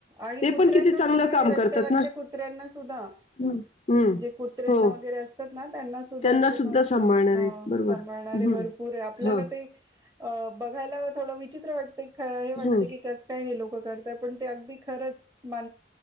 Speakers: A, on the right; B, on the left.
A: आणि
B: ते
A: कुत्र्यांना
B: पण किती चांगलं
A: सुद्धा
B: काम
A: हे रस्त्यावरच्या
B: करतात ना
A: कुत्र्यांना सुद्धा
B: हम्म
A: जे कुत्र्यांना
B: हो.
A: वगैरे असतात त्यांना सुद्धा
B: त्यांना
A: अे संस्थ
B: सांभाळणार आहेत बरोबर
A: सांभाळणारे
B: हम्म
A: भरपूर आपल्याला
B: हा
A: ते अ बघायला थोड विचित्र वाट ते खरं वाटत
B: हम्म
A: की काक पणग खर मा